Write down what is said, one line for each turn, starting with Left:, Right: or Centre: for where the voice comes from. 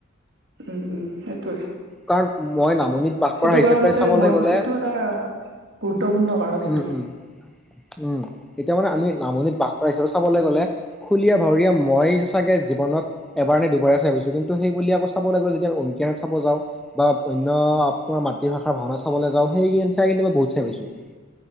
Right: উম উম সেইটোৱে।
Centre: কাৰণ মই নামনিত বাস
Right: সেইটো
Centre: কৰা হিচাপে
Right: কাৰণতে
Centre: চাবলৈ
Right: মই
Centre: গ'লে
Right: সেইটো এটা গুৰুত্বপূৰ্ণ কাৰণ এইটো
Centre: উম উম উম এতিয়া মানে আমি নামনিত বাস কৰা হিচাপে চাবলৈ গ'লে। খুলীয়া ভাৱৰীয়া মই চাগে জীৱনত। এবাৰ নে দুবাৰে চাই পাইছোঁ কিন্তু বুলি আকৌ চাব লাগিব যেতিয়া অংকিয়াত চাব যাওঁ। বা বন্য আৰু তোমাৰ মাতৃভাষাৰ ভাওনা চাবলৈ যাওঁ সেই চাই কিন্তু মই বহুত চাই পাইছোঁ।